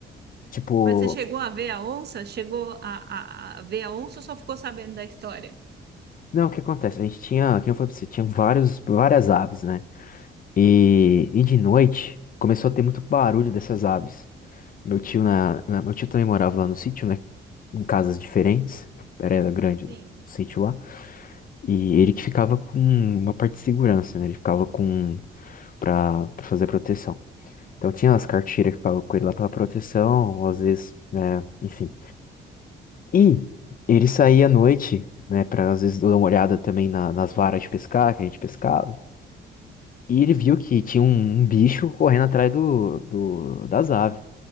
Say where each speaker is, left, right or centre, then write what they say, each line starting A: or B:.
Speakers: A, on the left; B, on the right.
A: tipo,
B: Mas você chegou a ver a onça? Chegou a, a, a ver a onça ou só ficou sabendo da história?
A: não, o que acontece? A gente tinha, quem eu falei pra você, tinha vários, várias aves, né? E, e de noite começou a ter muito barulho dessas aves. Meu tio na, na- meu tio também morava lá no sítio, né? Em casas diferentes. Era grande o
B: Sim,
A: sítio lá. E ele que ficava com uma parte de segurança, né? Ele ficava com para fazer a proteção. Então tinha as cartilhas que ficavam com ele lá pela proteção, ou às vezes, né, enfim. E ele saía à noite, né, pra às vezes dar uma olhada também na- nas varas de pescar que a gente pescava. E ele viu que tinha um, um bicho correndo atrás do, do- das aves.